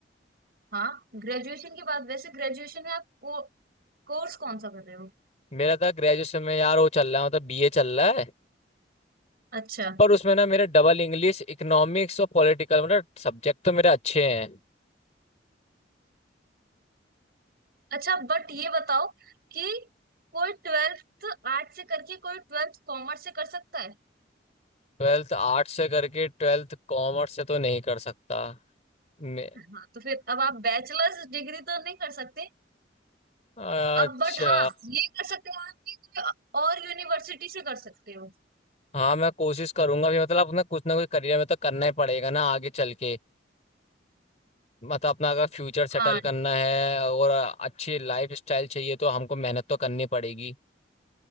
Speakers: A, on the right (about 55°); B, on the left (about 35°).
A: हाँ ग्रेजुएशन के बाद वैसे ग्रेजुएशन में आप को, कोर्स कौन सा कर रहे हो
B: मेरा था ग्रेजुएशन में यार वो चल रहा है मतलब बीए चल रहा है
A: अच्छा
B: पर उसमें ना मेरे डबल इंग्लिश इकोनॉमिक्स और पॉलिटिकल मतलब सब्जेक्ट तो मेरे अच्छे हैं
A: अच्छा बट ये बताओ कि कोई ट्वेल्थ आर्ट से करके कोई ट्वेल्थ कॉमर्स से कर सकता है
B: ट्वेल्थ आर्ट्स से करके ट्वेल्थ कॉमर्स से तो नहीं कर सकता मैं
A: हाँ तो फिर अब आप बैचलर्स डिग्री तो नहीं कर सकते
B: अच्छा
A: अब बट हाँ ये कर सकते हो आप कि कोई और यूनिवर्सिटी से कर सकते हो
B: हाँ मैं कोशिश करूंगा भी मतलब अपना कुछ ना कुछ करियर में तो करना ही पड़ेगा ना आगे चल के मतलब अपना अगर फ्यूचर सेटल
A: हाँ
B: करना है और अच्छी लाइफ स्टाइल चाहिए तो हमको मेहनत तो करनी पड़ेगी